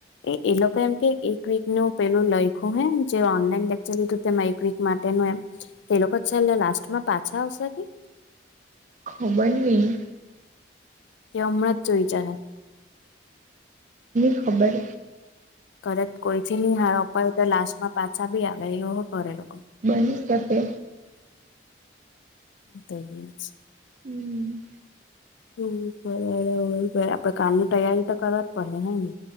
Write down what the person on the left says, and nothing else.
એ એલોકો એમ કેય એક વીકનું પેલું લયખું હે જે ઓનલાઈન લેક્ચર લીધું તેમાં એક વીક માટેનું એમ તે લોકો છેલ્લે લાસ્ટમાં પાછા આવશે કે
કે અમૃત ચોઈ જા હે
કદચ કોઈથી નહ હાર અપડ તો લાસ્ટમાં પાછા બી આવે એવો કરરેલો
તે છે.
હમ બરાબર આપડે કાલની તૈયારી તો કરવા જ પડે હેને.